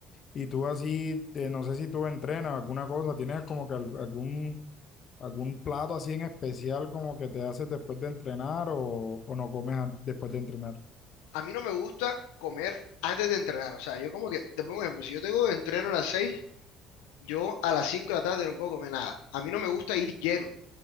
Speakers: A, on the left; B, on the left.
A: Y tú así, te- no sé si tú entrenas alguna cosa, tienes como que al- algún, algún plato así en especial como que te haces después de entrenar o, o no comes an- después de entrenar.
B: A mí no me gusta comer antes de entrenar. O sea, yo como que, te pongo un ejemplo, si yo tengo entreno a las 6 yo a las 5 de la tarde no puedo comer nada. A mí no me gusta ir lleno